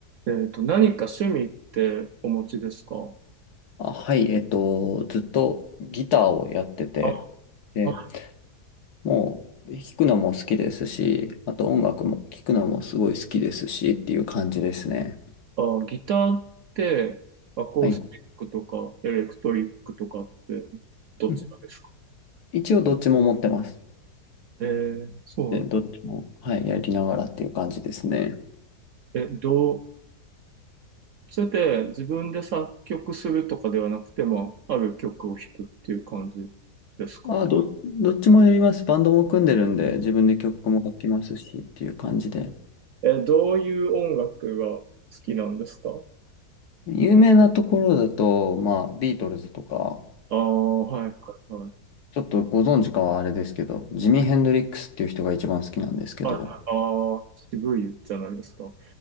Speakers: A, on the right; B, on the left.
A: えっと、何か趣味ってお持ちですか
B: あ、はい、えっと、ずっとギターをやってて、
A: あ
B: で、
A: は
B: もう弾くのも好きですし、あと音楽も聴くのもすごい好きですしっていう感じですね。
A: あ、ギターってアコースティックとかエレクトリックとかって
B: はい。
A: どちらですか
B: うん。一応どっちも持ってます。
A: えー、そうなん
B: で、どっちも、はい、やりながらっていう感じですね。
A: え、どう、それで自分で作曲するとかではなくても、ある曲を弾くっていう感じですか
B: あ、ど、どっちもやります。バンドも組んでるんで、自分で曲も書きますしっていう感じで。
A: え、どういう音楽が好きなんですか
B: 有名なところだと、まあ、ビートルズとか、
A: ああ、はいはいはい。
B: ちょっとご存知かはあれですけど、ジミー・ヘンドリックスっていう人が一番好きなんですけど。
A: ああー、渋いじゃないですか。